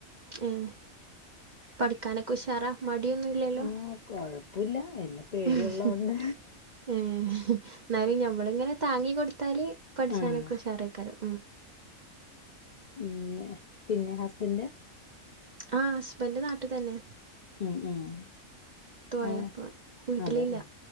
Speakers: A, on the right; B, on the left.
A: ഉം പഠിക്കാനൊക്കെ ഉഷാറാ മടിയൊന്നൂല്ലല്ലോ
B: ആഹ് കൊഴപ്പുല്ല എന്നെ പേടിയുള്ളോണ്ട്
A: ഉം ഹും എന്നാലും ഞമ്മളിങ്ങനെ താങ്ങി കൊടുത്താല് പഠിച്ചാനൊക്കെ
B: ആഹ്
A: ഉഷാറായിക്കാരം
B: ഉം പിന്നെ ഹസ്ബൻഡ്
A: ആ ഹസ്ബൻഡ് നാട്ടിത്തന്നെ
B: ഉം ഉം
A: പോയപ്പോ
B: ആ
A: വീട്ടിലില്ല
B: അതെ ആ